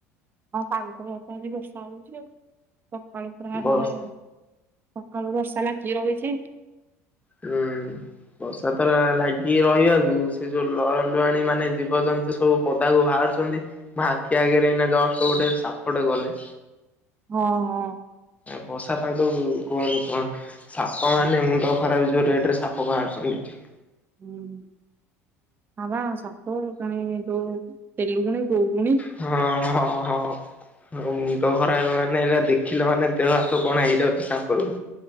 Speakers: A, on the right; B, on the left.
A: ଆ କାଳିଠୁ <unintelligible> ବଷା ହଉଛି ଆଉ, ସକାଳୁ ପୁରା-ଆ-ଆ-ଆ
B: ବସ
A: ସକାଳୁ ବର୍ଷା ଲାଗି କିି ରହିଛି।
B: ହୁଁ। ବର୍ଷା ତର ଲାଗି ରହିଆକୁ, ସେ ଯୋଉ ଲ ଲୁହାଣୀ ମାନେ ଜୀବଜନ୍ତୁ, ସବୁ ପଦାକୁ ବାହାର ରୁ ଛନ୍ତି। ମ ଆଖି ଆଗରେ ଏଇନା ଜଷ୍ଟ ଗୋଟେ ସାପଟେ ଗଲେ।
A: ହଁ, ହଁ।
B: ବଷା ପାଗକୁ କୁହନି, କୁହନି, ସାପ ମାନେ ମୁଁଣ୍ଡ ଖ ଖରାପ ହେଇଯିବ, ରେଟ୍ ରେ ସାପ ବାହାରୁଛନ୍ତି ଏଠି।
A: ହୁଁ, ହବା ସାପ କାଣେ ଯୋଉ ତେଲୁଗୁଣି କଉଗୁଣି
B: ହଁ ହଁ ହଁ। ହ, ମୁଁଣ୍ଡ ଖରାପ ମାନେ ଏଇରା ଦେଖିଲା ମାନେ, ଦେହ ହାତ କଣ ହେଇଯାଉଛି ସାପକୁ।